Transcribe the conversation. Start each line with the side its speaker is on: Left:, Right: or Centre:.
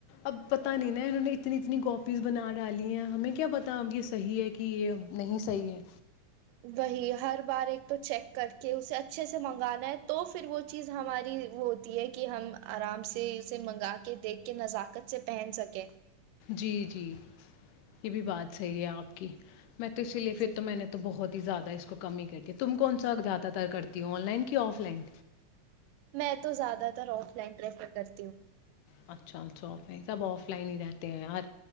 Left: اب پتا نہیں نا انہوں نے اتنی اتنی کاپیز بنا ڈالی ہیں ہمیں کیا پتا اب یہ صحیح ہے کہ یہ نہیں صحیح ہے
Right: وہی ہر بار ایک تو چیک کر کے اسے اچھے سے منگانا ہے تو پھر وہ چیز ہماری ہوتی ہے کہ ہم آرام سے اسے منگا کے دیکھ کے نزاکت سے پہن سکیں
Left: جی جی یہ بھی بات صحیح ہے آپ کی میں تو اس لیے پھر
Right: جی
Left: تو میں نے تو بہت زیادہ ہے اس کو کمی ہی کر کے تم کون سا زیادہ تر کرتی ہو آن لائن کہ آف لائن
Right: میں تو زیادہ تر آف لائن پریفر کرتی ہوں
Left: اچھا اچھا آف لائن سب آف لائن ہی رہتے ہیں یار